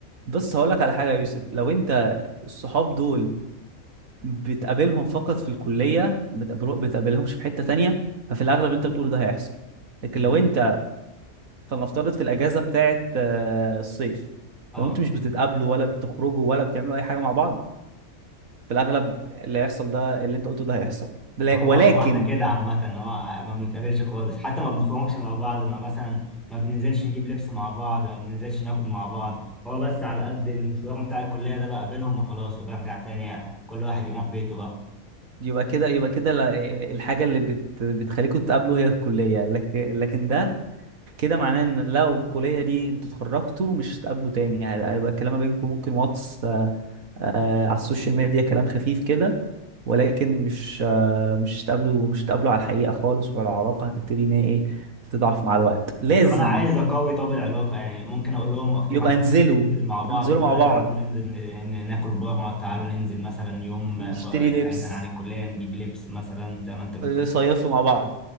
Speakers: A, on the right; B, in the centre.
A: بص هقول لك على حاجه يا يوسف لو انت الصحاب دول بتقابلهم فقط في الكليه بتقابلو بتقابلهمش في حته تانية ففي الاغلب انت بتقول ده هيحصل لكن
B: مم.
A: لو انت فلنفترض في الاجازه بتاعه آه، الصيف
B: اه
A: لو انتوا مش بتتقابلوا ولا بتخرجوا ولا بتعملوا اي حاجه مع بعض في الاغلب اللي هيحصل ده اللي انت قلته ده هيحصل لا-
B: هو
A: ولكن
B: هو احنا كده عامه هو ما بنتقابلش خالص حتى ما بنخرجش مع بعض ما مثلا ما بننزلش نجيب لبس مع بعض ما بننزلش ناكل مع بعض هو بس على قد المشوار بتاع الكليه ده بقابلهم وخلاص وبرجع تاني يعني كل واحد يروح بيته بقى
A: يبقى كده يبقى كده لا- الحاجه اللي بت بتخليكم تتقابلوا هي الكليه لكن لكن ده كده معناه ان لو الكليه دي انتوا اتخرجتوا مش هتقابلوا تاني يعني هيبقى الكلام ما بينكم ممكن واتس آه، آه، على السوشيال ميديا كلام خفيف كده ولكن مش آه، مش هتقابلوا مش هتقابلوا على الحقيقه خالص ولا العلاقه هتبتدي ان هي ايه تضعف مع الوقت لازم
B: طب انا عايز اقوي طب العلاقه يعني ممكن اقول لهم اقترح
A: يبقى
B: عليكم
A: انزلوا
B: ننزل مع بعض
A: انزلوا
B: بقى
A: مع
B: تعالوا
A: بعض
B: ننزل ن- ن- ناكل بره تعالوا ننزل مثلا يوم
A: نشتري
B: بقى
A: لبس
B: بعيدا عن الكليه نجيب لبس مثلا زي ما انت بتقول
A: آه، صيفوا مع بعض